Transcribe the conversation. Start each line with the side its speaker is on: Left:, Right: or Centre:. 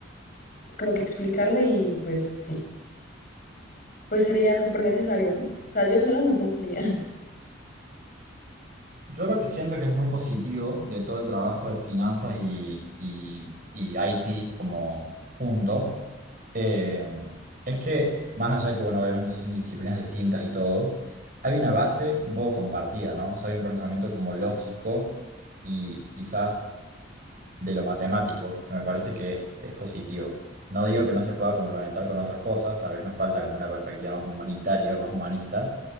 Left: como que explicarle y pues sí, pues sería súper necesario. O sea, yo sola no podría. <laughs>
Right: Yo lo que siento que es muy positivo de todo el trabajo de finanzas y, y, y IT como junto, eh, es que más allá de que, bueno, obviamente son disciplinas distintas y todo, hay una base un poco compartida, ¿no? O sea, hay un pensamiento como lógico y quizás de lo matemático, que me parece que es, es positivo. No digo que no se pueda complementar con otras cosas, tal vez nos falta como una perspectiva más humanitaria o más humanista,